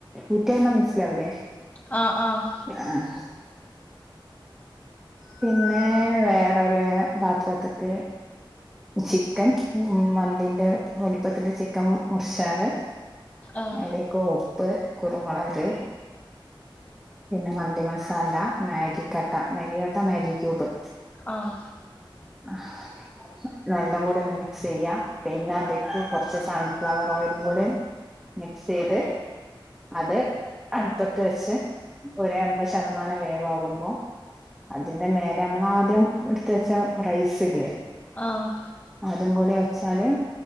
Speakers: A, in the centre; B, on the left (about 20°).
A: ഊറ്റ്യന്നാ മനസിലാവില്ലേ
B: ആഹ് ആഹ്
A: ആഹ് പിന്നെ വേറൊരു പാത്രത്ത്ക്ക് ചിക്കൻ ഉം മന്തിന്റെ വലുപ്പത്തിന്റെ ചിക്കൻ മുറിച്ചാല്
B: ആഹ് ആഹ്
A: അത് ഉപ്പ് കുരുമുളക് പിന്നെ മന്തി മസാല മാഗിക്കട്ട മാഗികട്ട മാഗി ക്യൂബ്
B: ആഹ്
A: <unintelligible> കൂടി ഒന്ന് മിക്സ് ചെയ്യാ പിന്നെ ബിസ്മി കൊറച്ച് സൺഫ്ലവർ ഓയിലും കൂടെ മിക്സ് ചെയ്ത് അത് അടുപ്പത്ത് വെച്ച് ഒരു അമ്പത് ശതമാനം വേവാകുമ്പോ അതിന്റെ മേലെ നമ്മള് ആദ്യം എടുത്ത് വെച്ച റൈസില്ലേ
B: ആഹ്
A: അതും കൂടി വെച്ചാല്